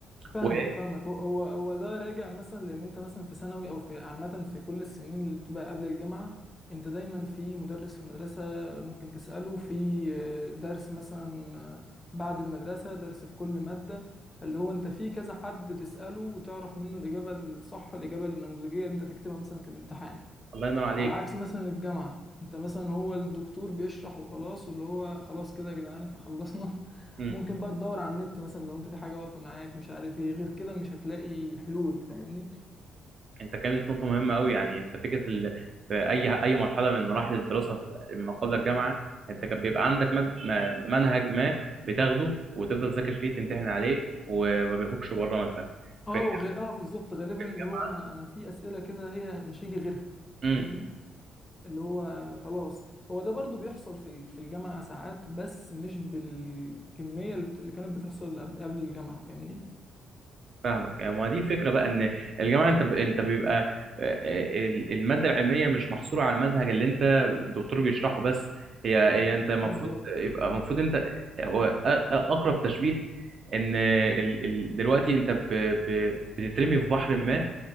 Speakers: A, on the left (about 20°); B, on the right (about 50°).
A: فاهمك
B: و...
A: فاهمك هو هو هو ده راجع مثلا لان انت مثلا في ثانوي او في عامه في كل السنين اللي بتبقى قبل الجامعه انت دايما في مدرس في المدرسه ممكن تساله في آه، درس مثلا آه، بعد المدرسه درس في كل ماده اللي هو انت في كذا حد تساله وتعرف منه الاجابه الصح الاجابه النموذجيه اللي انت تكتبها مثلا في الامتحان
B: الله ينور عليك
A: على عكس مثلا الجامعة انت مثلا هو الدكتور بيشرح وخلاص واللي هو خلاص كده يا جدعان احنا خلصنا <laughs>
B: إمم.
A: ممكن بقى تدور على النت مثلا لو انت في حاجة واقفة معاك مش عارف ايه غير كده مش هتلاقي حلول فاهمني
B: انت كانت نقطة مهمة قوي يعني انت فكرة ال... في اي اي مرحلة من مراحل الدراسة في ما قبل الجامعة انت كان بيبقى عندك مد... ما- منهج ما بتاخده وتفضل تذاكر فيه تمتحن عليه وما بيخرجش بره مثلا
A: اه
B: في
A: وغير اه بالظبط غالبا
B: الجامعة
A: اللي هو انا انا في اسئلة كده هي مش هيجي غيرها
B: امم
A: فاهمني اللي هو خلاص هو ده برضو بيحصل في ال- في الجامعة ساعات بس مش بالكمية اللي بت- اللي كانت بتحصل قبل قبل الجامعة فاهمني
B: فاهمك يعني ما دي فكرة بقى ان الجامعة انت ب... انت بيبقى آه، آه، ال- المادة العلمية مش محصورة على المنهج اللي انت الدكتور بيشرحه بس هي هي انت المفروض
A: بالظبط
B: يبقى المفروض انت هو أ- أ- اقرب تشبيه ان ال... ال... دلوقتي انت ب... ب... بتترمي في بحر ما